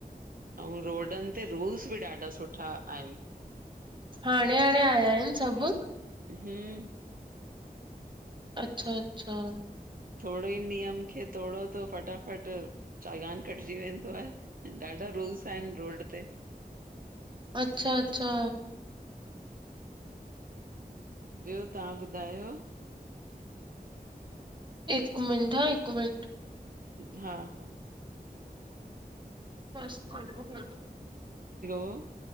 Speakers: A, on the right; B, on the right.
A: ऐं रोडन ते रूल्स बि ॾाढा सुठा आहिन।
B: हाणे हाणे आया आहिन सभ।
A: हम्म।
B: अच्छा अच्छा।
A: थोरो ई नियम खे तोड़ो थो फटाफट -- चालान कटजी वेंदा आहिन ॾाढा रुल्स आहिनि रोड ते।
B: अच्छा अच्छा।
A: ॿियो तव्हां ॿुधायो।
B: हिक मिट हा हिक मिट --
A: हा हा --
B: ब ह ह --
A: हैलो --